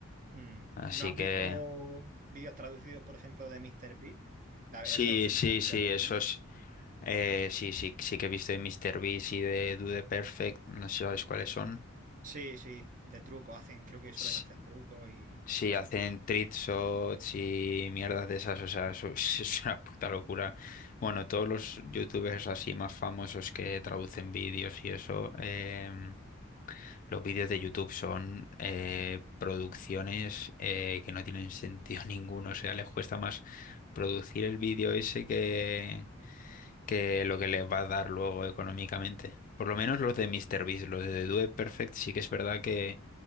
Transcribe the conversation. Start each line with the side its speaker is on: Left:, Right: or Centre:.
Right: mm.
Left: Así
Right: ¿No has
Left: que
Right: visto vídeos traducidos, por ejemplo, de Mr. Beast? La-
Left: sí,
Right: esos son
Left: sí,
Right: entretenidos.
Left: sí, esos, eh, sí, sí, sí que he visto de Mr. Beast y de Do the Perfect, no sé si sabes cuáles son.
Right: Sí, sí, de trucos, hacen, creo que suelen
Left: S-
Right: hacer trucos y
Left: Sí,
Right: cosas
Left: hacen
Right: así.
Left: treat shots y mierdas de esas, o sea, eso <laughs> es es una puta locura. Bueno, todos los youtubers así más famosos que traducen vídeos y eso, em, Los vídeos de YouTube son eh, producciones eh, que no tienen sentido <laughs> ninguno. O sea, les cuesta más producir el vídeo ese que, que lo que les va a dar luego económicamente. Por lo menos los de MrBeast, los de The Do It Perfect, sí que es verdad que